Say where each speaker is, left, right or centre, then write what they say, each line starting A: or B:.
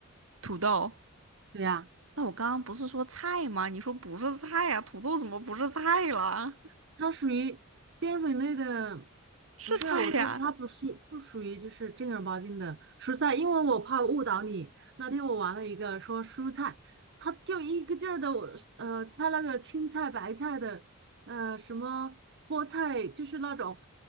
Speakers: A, on the right; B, on the right.
A: 土豆。
B: 对呀、
A: 那我刚刚不是说菜吗？你说不是菜呀、土豆怎么不是菜了？
B: 它属于淀粉类的，
A: <laughs> 是菜呀、
B: 不是，我说它不是不属于就是正儿八经的蔬菜，因为我怕误导你。那天我玩了一个说蔬菜，它就一个劲儿的我呃猜那个青菜、白菜的，呃什么菠菜，就是那种，